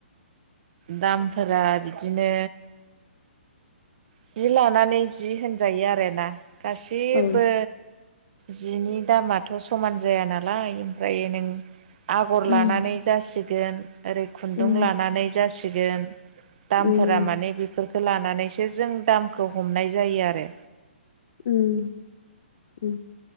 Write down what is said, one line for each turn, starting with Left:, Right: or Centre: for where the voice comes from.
Right: दामफोरा बिदिनो जि लानानै जि होनजायो आरोना गासिबबो
Left: औ
Right: जिनि दामाथ' समान जाया नालाय ओमफ्रायो नों आगर
Left: उम
Right: लानानै जासिगोन ओरै खुन्दुं
Left: उम
Right: लानानै जासिगोन दामफोरा
Left: उम
Right: माने बेफोरखौ लानानैसो जों दामखौ हमनाय जायो आरो
Left: उम उम